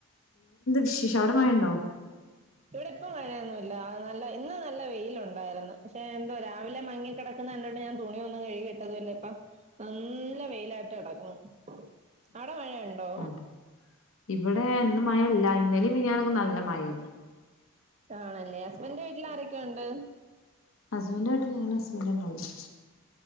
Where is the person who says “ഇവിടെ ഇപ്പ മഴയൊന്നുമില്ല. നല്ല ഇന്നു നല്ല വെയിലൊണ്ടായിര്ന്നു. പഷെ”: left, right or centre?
Right